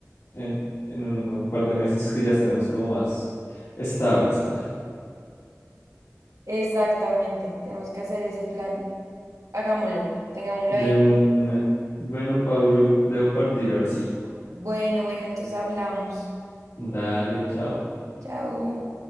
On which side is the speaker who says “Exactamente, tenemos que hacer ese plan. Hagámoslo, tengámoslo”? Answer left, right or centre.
Right